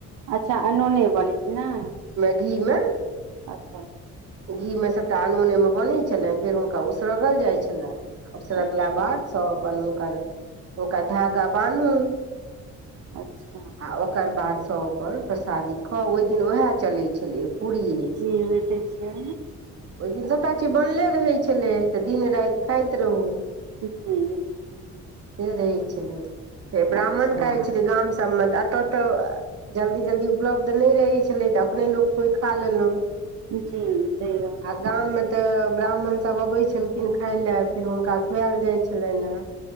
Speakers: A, on the right; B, on the right.
A: अच्छा अनुने बनै छै नइ
B: घी मे
A: अच्छा अच्छा
B: घीमे सभटा अनुनेमे बनै छलनि फेर हुनका उसरगल जाइ छलइ उसरगला
A: अच्छा
B: बाद सभ अपन हुनकर हुनका धागा बान्हू
A: अच्छा
B: आ ओकर बादसँ अपन प्रसादी खाउ ओहि दिन उएह चलै छलै पूड़िये
A: जी होइते छै
B: ओहि दिन सभटा चीज बनले रहै छलै तऽ दिन राति खाइत रहू
A: जी
B: से रहै छलै सेे ब्राह्मण
A: अच्छा
B: खाइ छलै गाम सभमे तऽ एतय तऽ जल्दी जल्दी उपलब्ध नइ रहै छलै तऽ अपने लोक कोइ खा लेलहुँ
A: जी सही बात
B: आ गाममे तऽ ब्राह्मणसभ अबै छलखिन खाय लय फेर हुनका खुआयल जाइत छलनि हेँ।